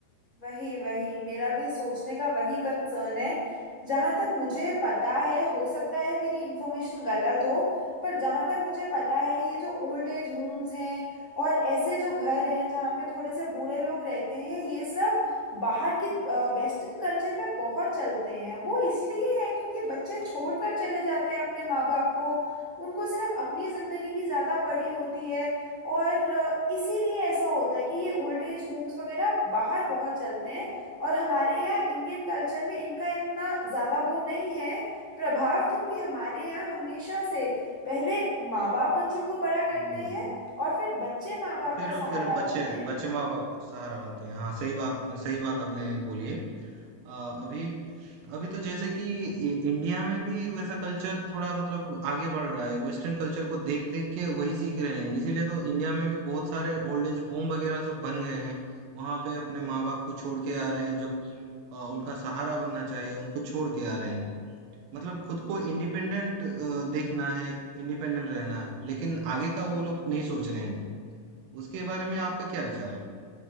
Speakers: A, on the left; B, on the right.
A: वही वही मेरा भी सोचने का वही कंसर्न है जहां तक मुझे पता है हो सकता है मेरी इन्फॉर्मेशन गलत हो पर जहां तक मुझे पता है ये जो ओल्ड एज होम्स हैं और ऐसे जो घर हैं जहाँ पे थोड़े से बूढ़े लोग रहते हैं ये सब बाहर की वेस्टर्न कल्चर में बहुत चलते हैं वो इसलिए है क्योंकि बच्चे छोड़कर चले जाते हैं अपने माँ बाप को उनको सिर्फ अपनी ज़िंदगी की ज़्यादा पड़ी होती है और अ, इसीलिए ऐसा होता है कि ये ओल्ड एज होम्स वगैरह बाहर बहुत चलते हैं और हमारे यहाँ इंडियन कल्चर में इनका इतना ज़्यादा वो नहीं है प्रभाव क्योंकि हमारे यहाँ हमेशा से पहले माँ बाप बच्चों को बड़ा करते
B: हम्म, हाँ
A: हैं और फिर बच्चे माँ बाप
B: और फिर
A: का सहारा
B: फिर बच्चे
A: बनते हैं
B: बच्चे माँ बाप सहारा बनते हैं हाँ सही बात सही बात आपने बोली है अ, अभी अभी तो जैसे कि इ- इंडिया में भी वैसा कल्चर थोड़ा मतलब आगे बढ़ रहा है वेस्टर्न कल्चर को देख देख के वही सीख रहे हैं इसीलिए तो इंडिया में भी बहुत सारे ओल्ड एज होम वगैरह सब बन गए हैं वहां पे अपने माँ बाप को छोड़ के आ रहे हैं जब अ, उनका सहारा बनना चाहिए उनको छोड़ के आ रहे हैं मतलब खुद को इंडिपेंडेंट देखना है इंडिपेंडेंट रहना है लेकिन आगे का वो लोग नहीं सोच रहे हैं उसके बारे में आपका क्या विचार है